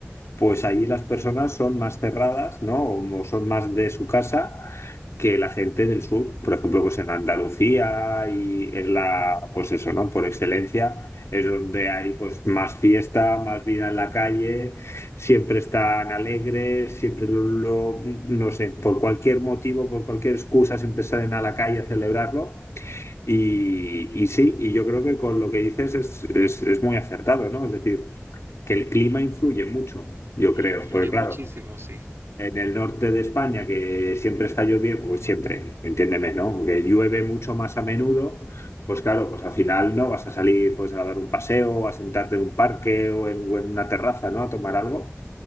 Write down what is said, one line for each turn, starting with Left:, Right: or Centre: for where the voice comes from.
Left: pues allí las personas son más cerradas, ¿no? O, o son más de su casa que la gente del sur. Por ejemplo, pues en Andalucía y es la, pues eso, ¿no? Por excelencia es donde hay pues más fiesta, más vida en la calle, siempre están alegres, siempre lo, lo- no sé, por cualquier motivo, por cualquier excusa, siempre salen a la calle a celebrarlo. Y, y sí, y yo creo que con lo que dices es, es, es muy acertado, ¿no? Es decir, que el clima influye mucho, yo
Right: Influye
Left: creo, porque
Right: muchísimo,
Left: claro,
Right: sí.
Left: en el norte de España que siempre está lloviendo, pues siempre, entiéndeme, ¿no? Que llueve mucho más a menudo, pues claro, pues al final no vas a salir pues a dar un paseo, a sentarte en un parque o en, o en una terraza, ¿no? A tomar algo.